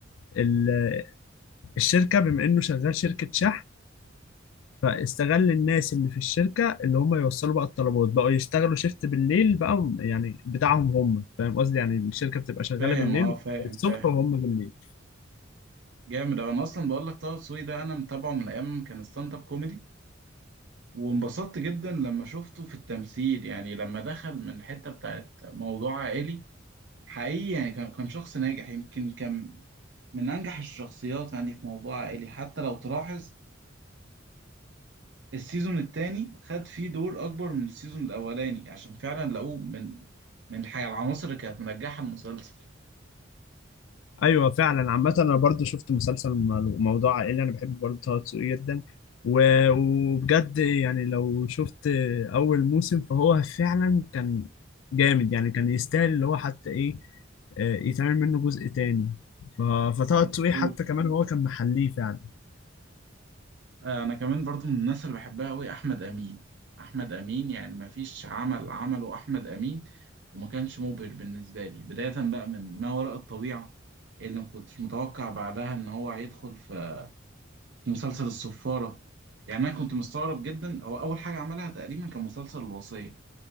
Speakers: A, on the left; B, on the right.
A: ال- الشركة بما انه شغال شركة شحن فاستغل الناس اللي في الشركة اللي هم يوصلوا بقى الطلبات بقوا يشتغلوا شيفت بالليل بقى يعني بتاعهم هم فاهم قصدي يعني الشركة بتبقى شغالة
B: فاهم
A: بالليل
B: اه فاهم
A: الصبح
B: فاهم
A: وهم بالليل
B: جامد أوي أنا أصلا بقول لك طه دسوقي ده أنا متابعه من أيام ما كان ستاند أب كوميدي وانبسطت جدا لما شفته في التمثيل يعني لما دخل من الحتة بتاعت موضوع عائلي حقيقي يعني كان كان شخص ناجح يمكن كان من أنجح الشخصيات يعني في موضوع عائلي حتى لو تلاحظ السيزون التاني خد فيه دور اكبر من السيزون الاولاني عشان فعلا لقوه من من الحاجه العناصر اللي كانت منجحه المسلسل
A: ايوه فعلا عامة انا برضو شفت مسلسل مو- موضوع عائلي انا بحب برضو طه دسوقي جدا و- وبجد يعني لو شفت اول موسم فهو فعلا كان جامد يعني كان يستاهل اللي هو حتى ايه آه، يتعمل منه جزء تاني ف- فطه
B: مظبوط
A: دسوقي حتى كمان هو كان محليه فعلا
B: آه، انا كمان برضو من الناس اللي بحبها قوي احمد امين احمد امين يعني ما فيش عمل عمله احمد امين وما كانش مبهر بالنسبه لي بدايه بقى من ما وراء الطبيعه اللي ما كنتش متوقع بعدها ان هو هيدخل في في مسلسل الصفاره يعني انا كنت مستغرب جدا هو اول حاجه عملها تقريبا كان مسلسل الوصيه